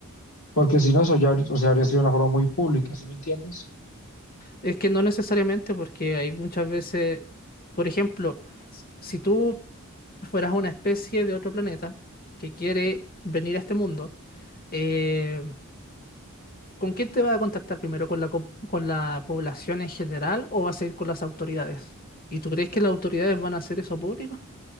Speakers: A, on the left (about 70°); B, on the left (about 45°).
A: porque si no, eso ya, habría- o sea, habría sido una forma muy pública, ¿sí me entiendes?
B: Es que no necesariamente, porque hay muchas veces, por ejemplo, s- si tú fueras una especie de otro planeta que quiere venir a este mundo, eh, ¿con quién te va a contactar primero? ¿Con la, co- con la población en general o vas a ir con las autoridades? ¿Y tú crees que las autoridades van a hacer eso público?